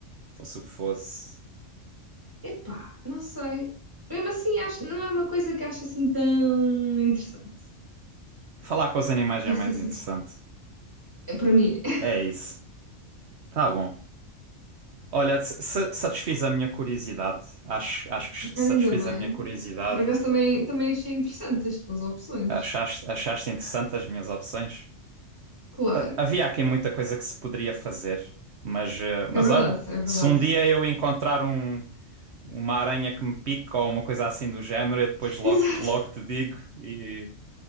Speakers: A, on the right (about 60°); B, on the right (about 15°).
A: fosse o que fosse.
B: Epá, não sei. Mesmo assim, acho, não é uma coisa que acho assim tão interessante,
A: Falar com os animais
B: para
A: é mais
B: ser sincera.
A: interessante.
B: É, Para mim, é.
A: É isso. Tá bom. Olha, s- sa- satisfiz a minha curiosidade. Acho, acho que
B: <laughs> Olha,
A: satisfiz
B: ainda bem.
A: a minha curiosidade.
B: Por acaso também, também achei interessante as tuas opções.
A: Achaste, achaste interessante as minhas opções?
B: Claro,
A: Ah, Havia aqui muita coisa que se poderia fazer, mas, eh, mas
B: é verdade,
A: olha,
B: é verdade.
A: se um dia eu encontrar um, uma aranha que me pica ou uma coisa assim do género, eu depois
B: <laughs>
A: logo,
B: Exato.
A: logo te digo e,